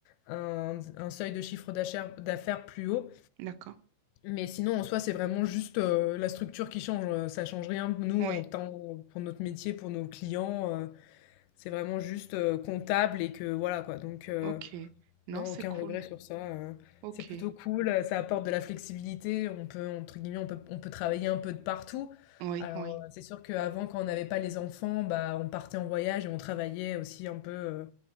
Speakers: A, on the left; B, on the right.
A: un, un seuil de chiffre d'achère- d'affaires plus haut.
B: d'accord.
A: Mais sinon, en soi, c'est vraiment juste euh, la structure qui change. euh, Ça change rien. Nous,
B: Oui,
A: en tant pour notre métier, pour nos clients, euh, c'est vraiment juste euh, comptable et que voilà quoi. Donc, euh,
B: ok. Non,
A: non,
B: c'est
A: aucun
B: cool.
A: regret sur ça. euh.
B: Ok.
A: C'est plutôt cool. euh, Ça apporte de la flexibilité. On peut, entre guillemets, on peut, on peut travailler un peu de partout.
B: Oui,
A: Alors,
B: oui,
A: euh, c'est sûr qu'avant, quand on n'avait pas les enfants, bah, on partait en voyage et on travaillait aussi un peu. euh,